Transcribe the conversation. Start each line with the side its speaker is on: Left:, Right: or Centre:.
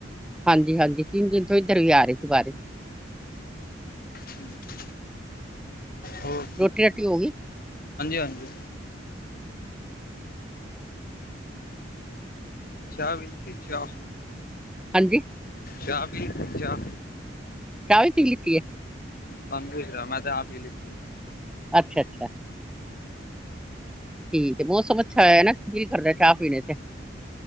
Centre: ਹਾਂਜੀ-ਹਾਂਜੀ ਤਿੰਨ ਦਿਨ ਤੋਂ ਇੱਧਰ ਵੀ ਆ ਰਹੀ ਸੀ ਬਾਰਿਸ਼।
Left: <inaudible> ਹੋਰ,
Centre: ਰੋਟੀ ਰਾਟੀ ਹੋ ਗਈ?
Left: ਹਾਂਜੀ-ਹਾਂਜੀ। ਚਾਹ ਪੀਤੀ ਚਾਹ?
Centre: ਹਾਂਜੀ।
Left: ਚਾਹ ਪੀਲੀ ਤੁਸੀਂ ਚਾਹ?
Centre: ਚਾਹ ਵੀ ਪੀ ਲਿੱਤੀ ਏ।
Left: ਤੁਆਨੂੰ ਪੁੱਛ ਰਿਹਾ ਮੈਂ ਤਾਂ ਆਪ ਹੀ ਲੀਤੀ ਏ।
Centre: ਅੱਛਾ-ਅੱਛਾ। ਠੀਕ ਏ ਮੌਸਮ ਅੱਛਾ ਹੋਇਆ ਨਾ ਦਿਲ ਕਰਦਾ ਚਾਹ ਪੀਣੇ ਤੇ।